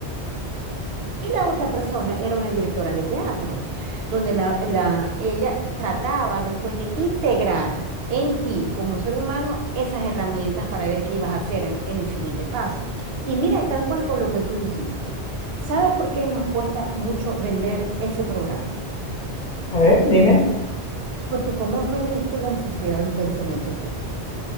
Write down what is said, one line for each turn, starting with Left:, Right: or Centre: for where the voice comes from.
Right: y la otra persona era una directora de teatro, donde la, la- ella trataba después de integrar en ti como ser humano esas herramientas para ver qué ibas a hacer en, en el siguiente paso. Y mira, tal cual con lo que tú dijiste. ¿Sabes por qué nos cuesta mucho vender ese programa?
Left: A ver, dime.
Right: Porque ¿cómo vendes tú la necesidad de un pensamiento crítico?